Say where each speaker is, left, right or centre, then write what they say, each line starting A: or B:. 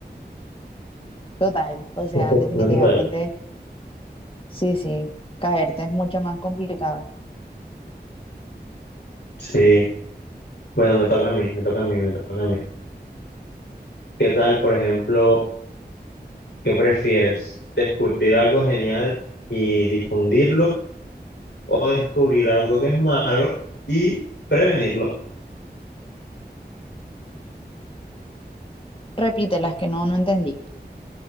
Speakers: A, on the left; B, on the left.
A: Total, o sea,
B: ¿No te
A: definitivamente,
B: no te parece?
A: sí, sí, caerte es mucho más complicado.
B: Sí. Bueno, me toca a mí, me toca a mí, me toca a mí. ¿Qué tal, por ejemplo, qué prefieres? ¿Descubrir algo genial y difundirlo o descubrir algo que es malo y prevenirlo?
A: Repite las que no, no entendí.